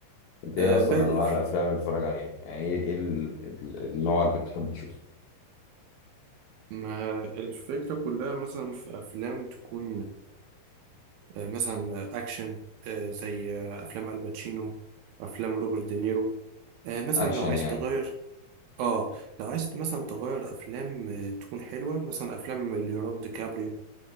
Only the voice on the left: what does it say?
انت ايه
اصلا
انواع
الافلام اللي بتتفرج عليها يعني ايه ايه ال- ال- النوع اللي بتحب تشوفه
اكشن
يعني